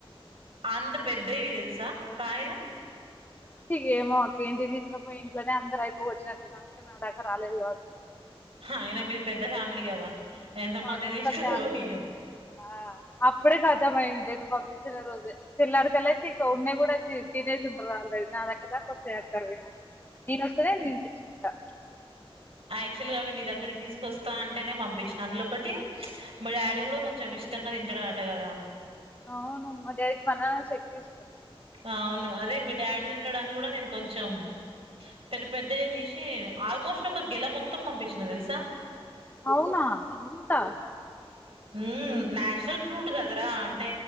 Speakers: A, on the right; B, on the left.
A: అంత పెద్దవి తెలుసా కాయలు
B: ఇగ ఏమో అక్క ఇంటికి తీస్కపోయి ఇంట్లనే అందరైపోగొట్టినట్రండు అందుకే నా దాకా రాలేదు కావచ్చు మరి
A: అయినా మీది పెద్ద ఫ్యామిలీ కదా ఎంత
B: మా
A: మంది
B: దంత
A: తింటారో
B: ఫ్యామ్
A: ఏమో
B: అ అప్పుడే కాతమై ఉన్ టై నువ్ పంపిచ్చిన రోజె తెల్లారికల్లే ఇంక ఉన్నే కూడా తి తినేస్ ర్రు ఆల్రెడి నా దగ్గర కొ సే అక్కవి నేను ఒస్తేనే నేను తెచ్చుకుంటా
A: యాక్చువల్ గా అవి నీ దగ్గరికి తీసుకొస్తా అంటేనే పంపించినా అందులో ఒకటి మీ డాడీ కూడా కొంచెం ఇష్టంగా తింటాడాట కదా
B: అవును మా డాడీకి బనానాస్ ఎక్కువీష్టం
A: అవును అదే మీ డాడీ తింటడాని కూడా నేను కొంచెం పెరు పెద్ద చె తీసి ఆల్మోస్ట్ ఒక గెల మొత్తం పంపించిన తెలుసా
B: అవునా అంటా
A: హు నాచురల్ ఫ్రూట్ ట్ కదరా అంటే